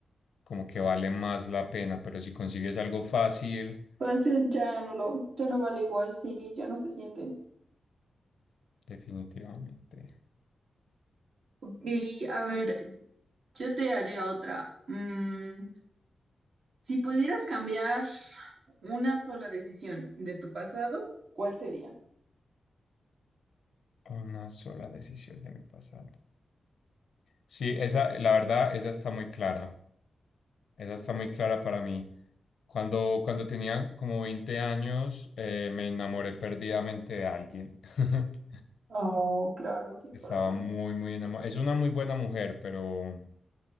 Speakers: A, on the left; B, on the right.
A: como que vale más la pena, pero si consigues algo fácil,
B: Entonces ya no lo, ya no vale igual sí ya no se siente.
A: definitivamente.
B: Ok, a ver, yo te haré otra. Mm, si pudieras cambiar una sola decisión de tu pasado, ¿Cuál sería?
A: Una sola decisión de mi pasado. Sí, esa, la verdad, esa está muy clara. Esa está muy clara para mí. Cuando, cuando tenía como 20 años, eh, me enamoré perdidamente de alguien. <laughs>
B: Oh, claro, sí
A: Estaba
B: pasa.
A: muy, muy enamorado. Es una muy buena mujer, pero